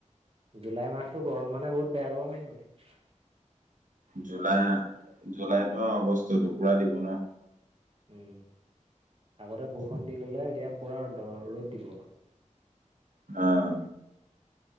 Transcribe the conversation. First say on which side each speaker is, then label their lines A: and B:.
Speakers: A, on the right; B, on the right.
A: জুলাই মাহতটো গৰম মানে বহুত বেয়া গৰম আহিব এতিয়া।
B: জুলাই জুলাইতো অগষ্ট দুপুৰা দিব ন।
A: উম, আগতে বৰষুণ দি ললে এতিয়া পুৰা ৰ'দ দিব।
B: অঁ